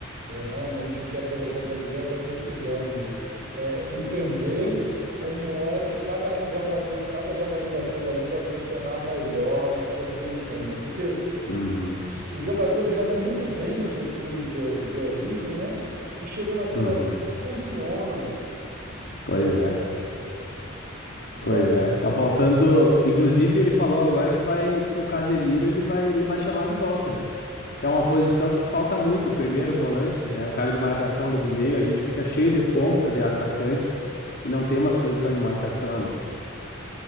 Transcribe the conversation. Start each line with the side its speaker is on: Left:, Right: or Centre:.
Right: é realmente o que a seleção brasileira está precisando, é entender como é que cada um jogador, cada jogador daquele ali vai funcionar melhor nas suas posições, porque
Left: Uhum.
Right: os jogadores jogam muito bem nos seus clubes de, o- de origem, né? E chegam na seleção
Left: Uhum.
Right: e funcionam.
Left: Pois é.
Right: E
Left: Pois
Right: a-
Left: é. Tá faltando. Inclusive, ele falou agora que vai que o Casemiro ele vai ele vai chamar de volta, né? Que é uma posição que falta muito, o primeiro volante, né? O cara de marcação ali do meio, a gente fica cheio de ponta de atacante e não tem umas posição de marcação, né?